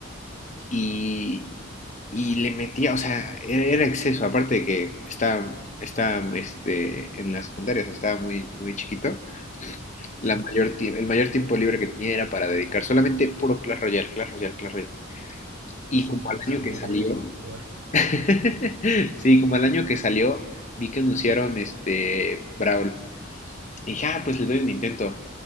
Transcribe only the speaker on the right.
Sí,
sí,
yo en
la secundaria
era igual.